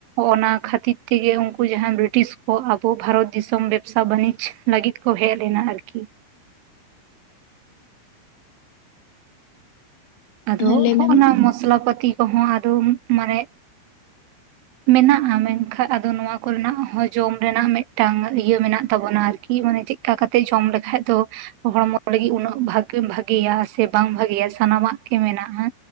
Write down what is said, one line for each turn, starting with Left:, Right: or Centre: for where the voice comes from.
Right: ᱚᱱᱟ ᱠᱷᱟᱹᱛᱤᱨ ᱛᱮᱜᱮ ᱩᱱᱠᱩ ᱡᱟᱦᱟᱸᱭ ᱵᱨᱤᱴᱤᱥ ᱠᱚ ᱟᱵᱚ ᱵᱷᱟᱨᱚᱛ ᱫᱤᱥᱚᱢ ᱵᱮᱵᱽᱥᱟ ᱵᱟᱱᱤᱡᱽ ᱞᱟᱹᱜᱤᱫ ᱠᱚ ᱦᱮᱡ ᱞᱮᱱᱟ ᱟᱨᱠᱤ᱾ ᱟᱫᱚ
Left: ᱦᱮᱸ ᱞᱟᱹᱭ
Right: ᱱᱚᱸᱜᱼ
Left: ᱢᱮ ᱢᱟ
Right: ᱱᱟ ᱢᱚᱥᱞᱟ ᱯᱟᱹᱛᱤ ᱠᱚᱦᱚᱸ ᱟᱫᱚ ᱢᱟᱱᱮᱜ ᱢᱮᱱᱟᱜᱼᱟ ᱢᱮᱱᱠᱟᱱ ᱟᱫᱚ ᱱᱚᱣᱟ ᱠᱚᱨᱮᱱᱟᱜ ᱦᱚᱸ ᱡᱚᱢ ᱨᱮᱱᱟᱜ ᱢᱤᱫᱴᱟᱝ ᱤᱭᱟᱹ ᱢᱮᱱᱟᱜ ᱛᱟᱵᱚᱱᱟ ᱟᱨᱠᱤ ᱢᱟᱱᱮ ᱪᱮᱫᱼᱼ ᱮᱠᱟ ᱠᱟᱛᱮᱜ ᱡᱚᱢ ᱞᱮᱠᱷᱟᱡ ᱫᱚ ᱦᱚᱲᱢᱚ ᱞᱟᱹᱜᱤᱫ ᱩᱱᱟᱹᱜ ᱵᱷᱟᱜᱤ ᱵᱷᱟᱜᱮᱭᱟ ᱥᱮ ᱵᱟᱝ ᱵᱷᱟᱜᱮᱭᱟ ᱥᱟᱱᱟᱢᱟᱜ ᱠᱤ ᱢᱮᱱᱟᱜᱼᱟ᱾